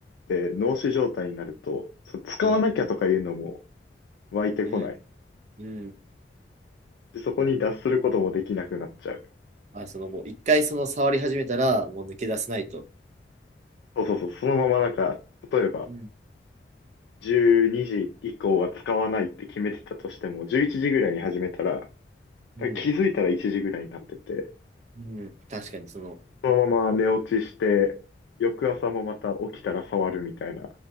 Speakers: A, on the left; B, on the right.
A: て脳死状態になると、そう使わなきゃとかいうのも
B: うん。
A: 湧いてこない。
B: うん。うん。
A: で、そこに脱することもできなくなっちゃう。
B: うん。あ、そのもう一回その触り始めたらもう抜け出せないと。
A: そうそうそう。そのままなんか、例えば
B: うん。
A: 12時以降は使わないって決めてたとしても、11時ぐらいに始めたら、
B: うん。
A: 気づいたら1時ぐらいになってて、
B: うん。確かにその、
A: そのまま寝落ちして、翌朝もまた起きたら触るみたいな